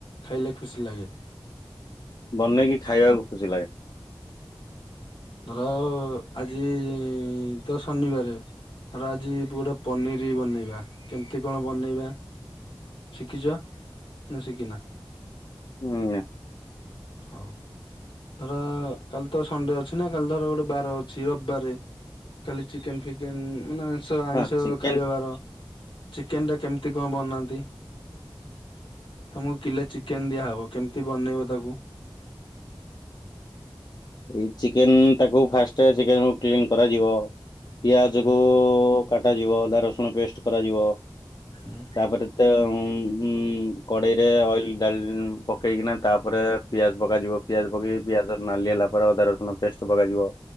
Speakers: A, on the left (about 70°); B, on the left (about 50°).
A: ଖାଇଲେ ଖୁସି ଲାଗେ।
B: ବନେଇକି ଖାଇବାକୁ ଖୁସି ଲାଗେ।
A: ଧର ଆଜି ତ ଶନିବାରେ ଧର ଆଜି ପୁରା ପନିର ବନେଇବା କେମିତି କଣ ବନେଇବା। ଶିଖିଛ ନା ଶିଖନ।
B: ହୁଁ ନା।
A: ହଉ। ଧର କାଲି ତ ସଣ୍ଡେ ଅଛି ନା କାଲି ଧର ଗୋଟେ ବାର ଅଛି ରବିବାରେ କାଲି ଚିକେନ ଫିକେନ ମାନେ ଆଇଷ ଆଇଁଷ
B: ହଁ ଚିକେନ
A: ଖାଇବା ବାର। ଚିକେନ ଟା କେମିତି କଣ ବନାନ୍ତି। ତମକୁ କିଲେ ଚିକେନ ଦିଆହବ କେମିତି ବନେଇବ ତାକୁ।
B: ଏଇ ଚିକେନ ତାକୁ ଫାଷ୍ଟ ଚିକେନ କ୍ଲିନ କରାଯିବ। ପିଆଜ
A: ହୁଁ
B: କୁ କଟାଯିବ, ଅଧା ରସୁଣ ପେଷ୍ଟ କରାଯିବ।
A: ହୁଁ।
B: ତାପରେ ତ ଉ ଉଁ କଡେଇରେ ଅଏଲ ଡା ପକେଇକିନା ତାପରେ ପିଆଜ ପକାଯିବ ପିଆଜ ପକେଇକି ପିଆଜ ନାଲି ହେଲା ପରେ ଅଦା ରସୁଣ ପେଷ୍ଟ ପକାଯିବ।